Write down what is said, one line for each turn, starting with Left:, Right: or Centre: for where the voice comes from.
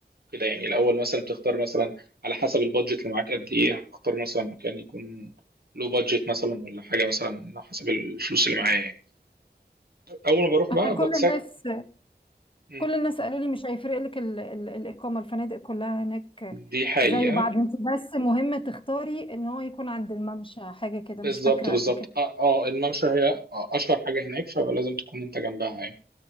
Right: كده يعني الاول مثلا بتختار مثلا على حسب البادجت اللي معاك قد ايه هختار مثلا مكان يكون لو بادجت مثلا ولا حاجه مثلا على حسب الفلوس اللي معايا يعني. اول ما بروح
Left: انا
Right: بقى
Left: كل
Right: بتسك
Left: الناس
Right: م.
Left: كل الناس قالوا لي مش هيفرق لك ال ال الإقامة الفنادق كلها هناك
Right: دي حقيقه
Left: زي بعض انت بس مهم تختاري ان هو يكون عند الممشى حاجة كده
Right: بالظبط
Left: مش فاكرة
Right: بالظبط
Left: قد كده
Right: اه آه، الممشى هي اشهر حاجه هناك فلازم تكون انت جنبها يعني